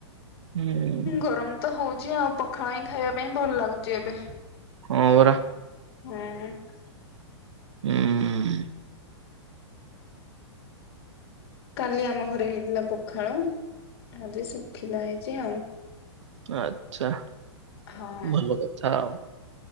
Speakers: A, on the right (about 70°); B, on the left (about 55°).
A: ହୁଁ
B: ଗରମ ତ ହଉ ଛି ଆଉ ପଖାଳ ହିଁ ଖାଇବା ପାଇଁ ଭଲ ଲାଗୁଛି ଏବେ।
A: ମୋର।
B: ହଁ।
A: ଉଁ।
B: କାଲି ଆମ ଘରେ ହେଇଥିଲା ପଖାଳ, ଆଜି ଶୁଖିଲା ହେଇଛି ଆଉ।
A: ଆଛା
B: ହଁ
A: ଭଲ କଥା ଆଉ।